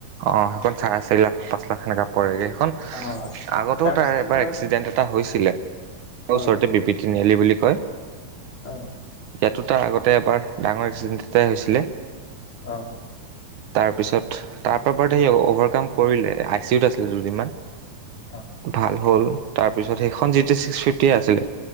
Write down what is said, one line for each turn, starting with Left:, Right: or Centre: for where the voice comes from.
Right: অ, সেইখন চাৰে চাৰি লাখ পাঁচ লাখ সেনেকা পৰেগে সেইখন।
Left: অ
Right: আগতেও
Left: তাৰপিছত
Right: তাৰ এবাৰ
Left: তোমাৰ
Right: এক্সিডেন্ট এটা হৈছিলে। ঔ
Left: অ
Right: ওচৰতে বিপৃতি নিয়ালি বুলি কয়।
Left: অ।
Right: ইয়াতো তাৰ আগতে এবাৰ ডাঙৰ এক্সিডেন্ট এটাই হৈছিলে।
Left: অ।
Right: তাৰপিছত তাৰপা বাৰদ সে অভাৰকাম কৰিলে আই চি ইউত আছিলে দুদিনমান।
Left: অ
Right: ভাল হ'ল। তাৰপিছত সেইখন যিটো ছিক্স ফিফটি আছিলে